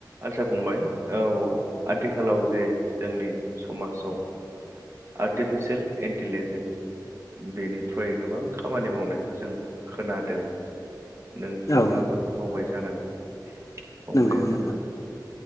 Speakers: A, on the right (about 40°); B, on the left (about 50°).
A: आचसा फंबाय औ आथिखालाव जे जोंनि समाजाव। आर्टिफिसियेल इन्टिलिजेन बेनि थ्रयै गोबां खामानि मावनायखौ जों खोनादों नोंथाङाबो
B: औ
A: मावबाय जानांगौ फंबाया
B: नंगौ
A: जोंना
B: नंगौ